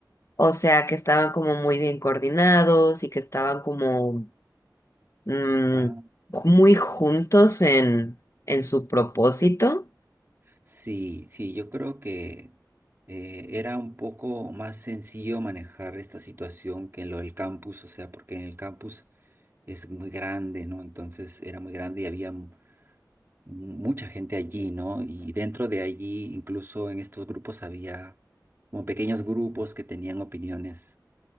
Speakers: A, on the left (about 45°); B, on the right (about 30°).
A: O sea, que estaban como muy bien coordinados y que estaban como mm,
B: Ah.
A: muy juntos en, en su propósito.
B: Sí, sí, yo creo que eh, era un poco más sencillo manejar esta situación que en lo del campus, o sea, porque en el campus es muy grande, ¿no? Entonces era muy grande y había mu- mucha gente allí, ¿no? Y dentro de allí, incluso en estos grupos había como pequeños grupos que tenían opiniones